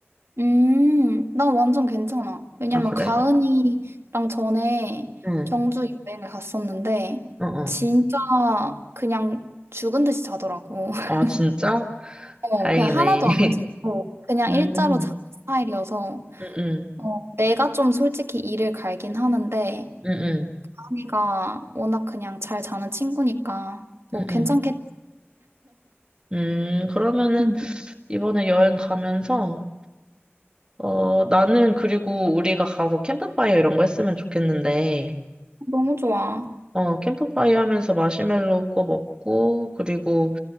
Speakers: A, on the right (about 75°); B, on the right (about 20°).
A: 음, 나 완전 괜찮아. 왜냐면
B: 아 그래?
A: 가은이랑 전에
B: 응.
A: 경주 여행을 갔었는데,
B: 어 어.
A: 진짜 그냥 죽은 듯이 자더라고. <laughs>
B: 아 진짜?
A: 어,
B: 다행이네.
A: 그냥 하나도
B: <laughs>
A: 안 움직이고, 그냥
B: 음.
A: 일자로 자는 스타일이어서,
B: 응응.
A: 어, 내가 좀 솔직히 일을 갈긴 하는데,
B: 응응.
A: 아미가 워낙 그냥 잘 자는 친구니까, 뭐
B: 응응.
A: 괜찮겠지.
B: 음, 음. 음, 음, 그러면은
A: 응,
B: 이번에 여행 가면서 어, 나는 그리고 우리가 가서 캠프파이어 이런 거 했으면 좋겠는데,
A: 너무 좋아.
B: 어, 캠프파이어 하면서 마시멜로 구워 먹고, 그리고